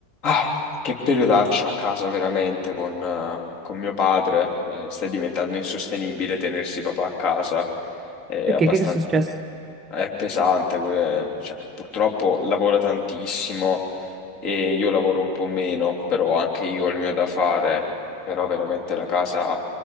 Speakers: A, on the left; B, on the right.
A: Ah, che periodaccio a casa veramente con, eh, con mio padre. Eh, sta diventando insostenibile tenersi papà a casa. È
B: Perché
A: abbastanza,
B: che che è successo?
A: è pesante. que- cioè, purtroppo lavora tantissimo e io lavoro un po' meno, però anche io ho il mio da fare. Però veramente la casa